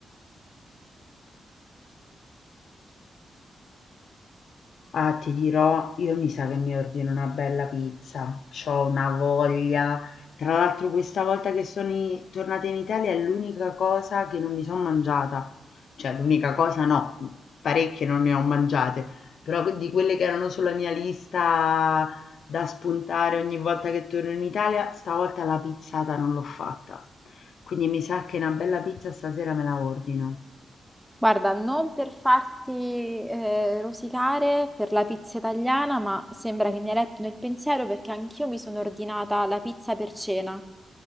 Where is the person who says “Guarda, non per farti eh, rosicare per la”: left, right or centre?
Centre